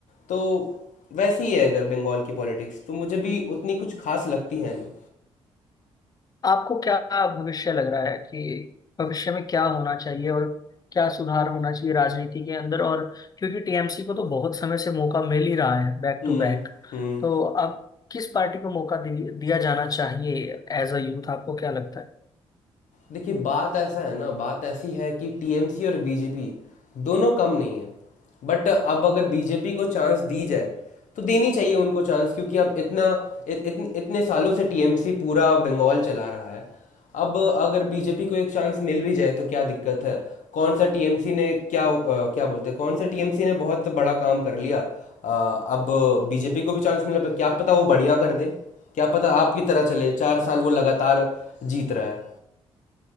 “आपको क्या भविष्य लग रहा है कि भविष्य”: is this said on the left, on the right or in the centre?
Left